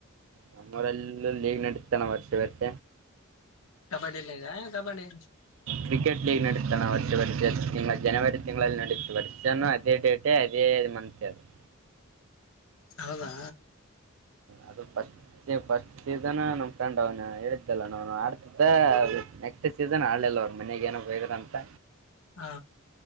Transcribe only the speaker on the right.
ನಮ್ಮೂರೆಲ್ಲ ಲೀಗ್ ನಡೆತಾ ಅಣ್ಣ ವರ್ಷ ವರ್ಷ
ಕ್ರಿಕೆಟ್ ಲೀಗ್ ನಡೀತಾನೆ ವರ್ಷ ವರ್ಷ ತಿ ಜನವರಿ ತಿಂಗಳಲ್ಲಿ ನಡೀತೆ ವರ್ಷಾನ ಅದೇ ಡೇಟ್. <unintelligible>
ಅದು ಪಸ್ಫಸ್ಟ್ ಸೀಸನ್ ನಮ್ಮ ಫ್ರೆಂಡ್ ಅವ್ನು ಹೇಳಿದ್ದಲ್ಲ ನ ಆಡ್ತಿದ್ದ ನೆಕ್ಸ್ಟ್ ಸೀಸನ್ ಆಡ್ಲಲ್ಲ ಅವ್ರು ಮನೆಗೇನ್. ವೇಗದಂತ್